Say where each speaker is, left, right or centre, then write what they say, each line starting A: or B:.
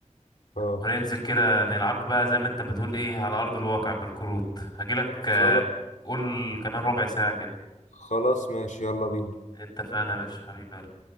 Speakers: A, on the left; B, on the left.
A: اه
B: وننزل كده نلعبها بقى زي ما انت بتقول ايه على ارض الواقع بالكروت هجيلك آه،
A: خلاص
B: قول كمان ربع ساعة كده
A: خلاص ماشي يلا بينا
B: اتفقنا يا باشا حبيب قلبي